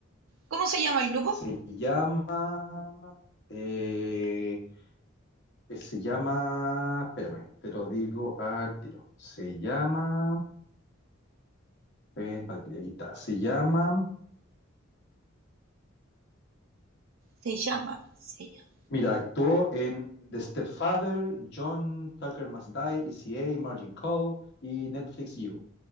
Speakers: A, on the right; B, on the left.
A: ¿Cómo se llama el grupo?
B: Se llama eh, Eh, se llama, espérame, te lo digo al tiro. Se llama, ven, pa' aquí aquí está. Se llama,
A: Se llama, se llama.
B: mira, actuó en The Stepfather, John Tucker Must Die, ECA, Margin Call y Netflix You.